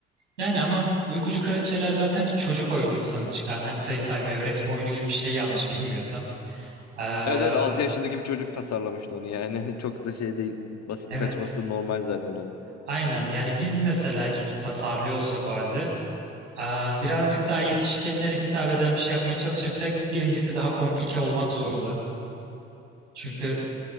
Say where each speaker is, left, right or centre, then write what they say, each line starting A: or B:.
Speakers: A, on the right (about 80°); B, on the left (about 50°).
A: Yani ama Uykucu Kraliçeler zaten bir çocuk oyunuydu sana çıkan. Hani sayı saymayı öğretme oyunu gibi bir şey yanlış bilmiyorsam. Ee,
B: Evet, evet
A: o-
B: 6 yaşındaki bir çocuk tasarlamıştı onu yani. <laughs> Çok da şey değil. Basit
A: evet.
B: kaçması normal zaten onun.
A: Aynen. Yani biz mesela ikimiz tasarlıyor olsak o halde ee, birazcık daha yetişkinlere hitap eden bir şey yapmaya çalışırsak birincisi daha komplike olmak zorunda. Çünkü